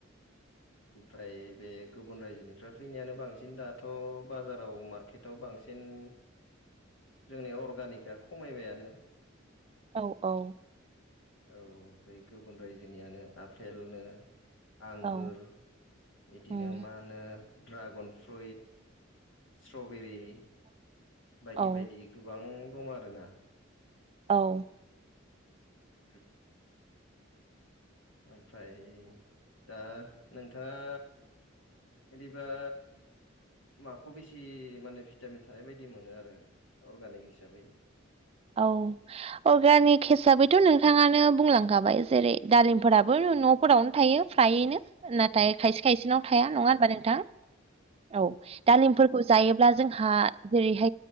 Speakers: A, on the left (about 75°); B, on the right (about 30°).
A: ओमफ्राय बे गुबुन रायजोनिफ्राय फैनायानो बांसिन दाथ' बाजाराव मार्केटाव बांसिन। जोंनि अर्गानिकआ खमायबायानो।
B: औ औ
A: औ बे गुबुन रायजोनियानो आफेलनो आंगुर
B: औ
A: बिदिनो
B: उम
A: मा होनो ड्रागन फ्रुइट स्ट्रबेरि बायदि
B: औ
A: बायदि गोबां दं आरोना।
B: औ
A: उम। ओमफ्राय दा नोंथाङा बिदिबा माखौ बेसि माने भिटामिन थानाय बायदि मोनो आरो अर्गानिक हिसाबै
B: औ अर्गानिक हिसाबैथ' नोंथाङानो बुंलांखाबाय जेरै दालिमफोराबो न'फोरावनो थायो फायनो नाथाय खायसे खायसेनाव थाया नङा होनबा नोंथां औ दालिम जायोब्ला जोंहा जेरैह